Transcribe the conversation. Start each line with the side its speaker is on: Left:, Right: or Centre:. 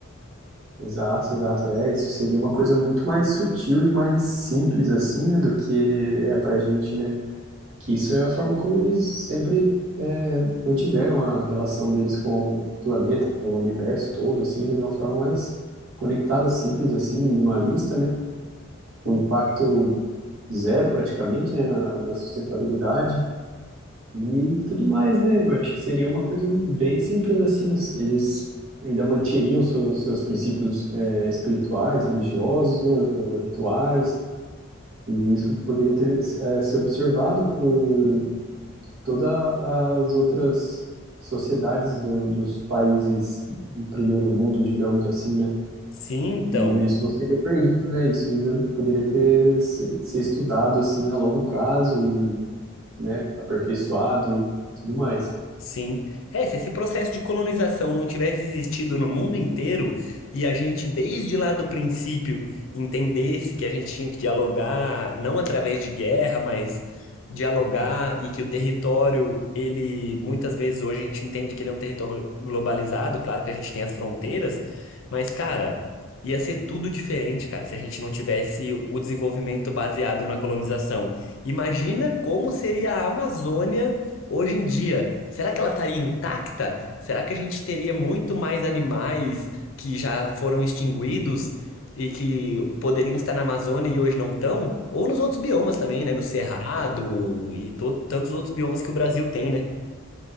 Right: Exato, exato. É, isso seria uma coisa muito mais sutil e mais simples, assim, né, do que é pra gente, né? Que isso é a forma como eles sempre é, mantiveram a relação deles com o planeta, com o universo todo, assim, né, de uma forma mais conectada, simples, assim, minimalista, né? Um impacto zero, praticamente, né, na, na sustentabilidade. E tudo mais, né? Eu acho que seria uma coisa bem simples assim. os- Eles ainda manteriam seus, seus princípios eh, espirituais, religiosos, né? Ou Rituais. E isso poderia ter, eh, ser observado por todas as outras sociedades do, dos países de primeiro mundo, digamos assim, né?
Left: Sim, então.
Right: E isso não seria perdido, né? Isso ainda poderia ter se- ser estudado assim a longo prazo e, né? Aperfeiçoado e tudo mais.
Left: Sim. É, se esse processo de colonização não tivesse existido no mundo inteiro e a gente, desde lá do princípio, entendesse que a gente tinha que dialogar, não através de guerra, mas dialogar e que o território, ele, muitas vezes hoje a gente entende que ele é um território glo- globalizado, claro que a gente tem as fronteiras, mas, cara, ia ser tudo diferente, cara, se a gente não tivesse o desenvolvimento baseado na colonização. Imagina como seria a Amazônia Hoje em dia, será que ela estaria intacta? Será que a gente teria muito mais animais que já foram extinguidos e que poderiam estar na Amazônia e hoje não estão? Ou nos outros biomas também, né? No Cerrado e to- tantos outros biomas que o Brasil tem, né?